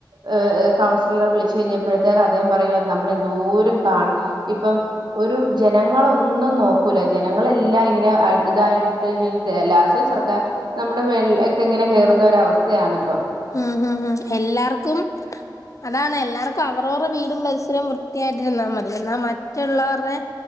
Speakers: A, on the right; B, on the left.
A: ഒ കൗൺസിലർ വിളിച്ചു കഴിഞ്ഞപ്പഴത്തേക്ക് അദ്ദേഹം പറയുവാ നമ്മളെന്ദോരം കാണ ഇപ്പം ഒരു ജനങ്ങളൊന്നും നോക്കൂല ജനങ്ങളെല്ലാം ഇങ്ങനെ അഴുതായിട്ട് ട്ട് അയ്‌ന് ശേ ലാസ്റ്റ് സർക്കെ നമ്മുടെ മെല്ലെഒക്കെ ഇങ്ങനെ കേറുന്ന ഒര അവസ്ഥയാണ് ഇപ്പൊ.
B: ഉംഹും ഹും ഹ. എല്ലാർക്കും അതാണ് എല്ലാവർക്കും അവ രോരെ വീടും പരിസരം വൃ ത്തിയായിട്ടിരുന്നാൽ മതി എന്നാൽ മറ്റുള്ളോരെ